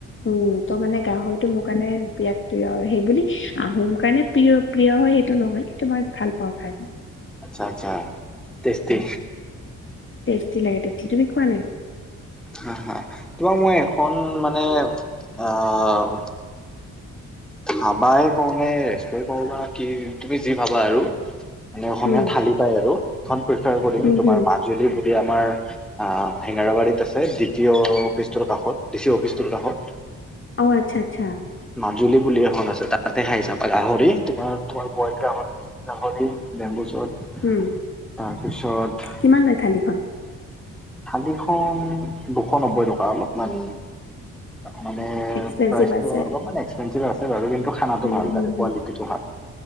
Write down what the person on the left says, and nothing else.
উম ত' মানে গাহৰিটো মোৰ কাৰণে বিৰাট প্ৰিয়, আৰু সেইবুলি আহোম কাৰণে প্ৰিয় প্ৰিয় হয়, সেইটো নহয়, কিন্তু মই ভাল পাওঁ খাই
টেষ্টি লাগে, তুমি খোৱা নাই?
উম
হুম
হুম
অ', আচ্ছা আচ্ছা।
উম কিমান লয় থালিখন?
এক্সপেঞ্চিভ
আছে
উম
হুম
হুম।